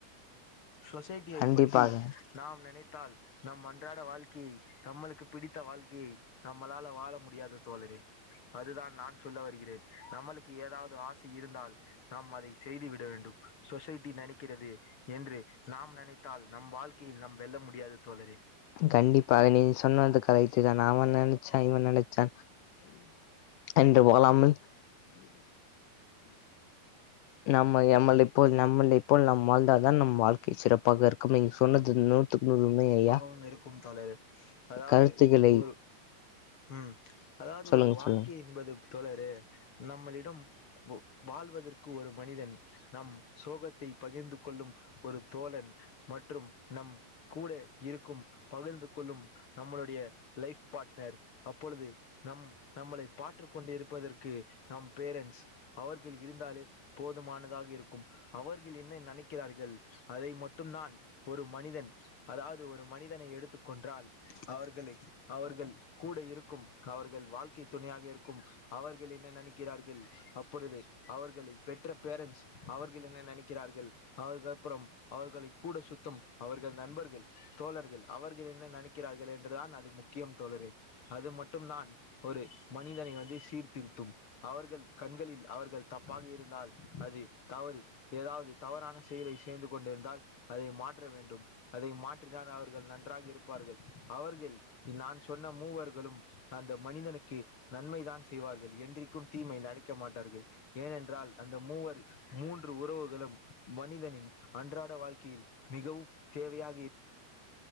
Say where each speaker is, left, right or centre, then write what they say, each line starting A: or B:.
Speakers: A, on the left (about 35°); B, on the left (about 90°).
A: சொசைட்டியை
B: கண்டிப்பாக
A: பத்தி நாம் நினை த்தால் நாம் அன்றாட வாழ்க்கையை நம்மளுக்கு பிடித்த வாழ்க்கையை நம்மளால வாழ முடியாது தோழரே அதுதான் நான் சொல்ல வருகிறேன் நம்மளுக்கு ஏதாவ்து ஆசை இருந்தால் நம் அதை செய்து விட வேண்டும் சொசைட்டி நனக்கிறது என்று நாம் நனைத்தால் நம் வாழ்க்கையில் நம் வெல்ல முடியாது தோழரே
B: கண்டிப்பாக நீங்க சொன்னது கரெக்ட்டுதான் அவன் நனச்சா இவன் நனச்சா என்று வாழாமல் நம்ம நம்மெளப்போல் நம்மளெப்போல் நம் இப்போல் நம் வாழ்ந்தால் தான் நம் வாழ்க்கை சிறப் பாக இருக்கும் நீங்க சொன்னது நூத்துக்கு நூறு உண்மை ஐயா
A: வும் இருக்கும் தோழரே அதாவ்து
B: கருத்துக்களை
A: ம் ம் அதாவ்து
B: சொல்லுங்க
A: ஒரு வாழ்க்கை
B: சொல்லுங்க
A: என்பது தோழரே நம்மளிடம் வாழ்வதற்கு ஒரு மனிதன் நம் சோகத்தை பகிர்ந்து கொள்ளும் ஒரு தோழன் மற்றும் நம் கூட இருக்கும் பகிர்ந்து கொள்ளும் நம்மளுடைய லைஃப் பார்ட்னர் அப்பொழுது நம் நம்மளை பாட்ருக் கொண்டிருப்பதற்கு நம் பேரன்ஸ் அவர்கள் இருந்தாலே போதுமா னதாக இருக்கும் அவர்கள் என்ன நனக்கிறார்கள் அதை மட் டுந்தான் ஒரு மனிதன் அதாவ்து ஒரு மனிதனை எடுத்துக் கொன்றால் அவர்களை அவர்கள் கூட இருக்கும் அவர்கள் வாழ்க்கை துணையாக இருக்கும் அவர்கள் என்ன நனக்கிறார்கள் அப்பொழுது அவர்களை பெற்ற பேரன்ஸ் அவர்கள் என்ன நெனக்கிறார்கள் அதுக்கப்றம் அவர்களை கூட சுத்தும் அவர்கள் நண்பர்கள் தோழர்கள் அவர்கள் என்ன நனக்கிறார்கள் என்றுதான் அது முக்கியம் தோழரே அது மட்டும்தான் ஒரு மனிதனை வந்து சீர்திருத்தும் அவர்கள் கண்களில் அவர்கள் தப்பாக இருந்தால் அது தவறு ஏதாவ்து தவறான செயலை சேர்ந்து கொண்டிருந்தால் அதை மாற்ற வேண்டும் அதை மாற்றினால் அவர்கள் நன்றாக இருப் பார்கள் அவர்கள் நான் சொன்ன மூவர்களும் அந்த மனிதனுக்கு நன்மைதான் செய்வார்கள் என்றைக்கும் தீமை நனிக்க மாட்டார்கள் ஏனென்றால் அந்த மூவர் மூன்று உறவுகளும் மனிதனின் அன்றாட வாழ் க்கெயில் மிகவும் தேவையா